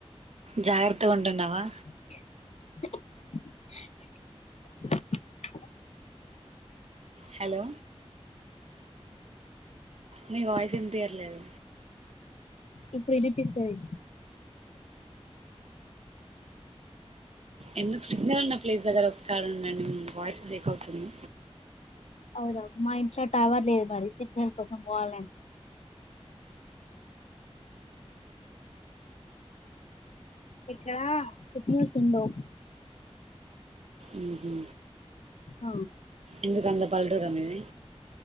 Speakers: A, on the right; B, on the left.
A: జాగ్రత్తగా ఉంటున్నావా
B: <inaudible>
A: హలో మీ వా వినిపియ్యట్లేదు
B: ఇప్పుడు ఇనిపిస్తయి
A: ఎందుకు సిగ్నల్ ఉన్న ప్లేస్ దగ్గర ఒక కండి వాయిస్ బ్రేక్ అవుతుంది
B: అవును మా ఇంట్లో టవర్ లేదు మరి సిగ్నల్ కోసం పోవాలంటే ఇక్కడ సిగనల్స్ ఉండవు
A: ఉహ
B: అవు
A: ఎందుకంత పల్లెటూరి మీది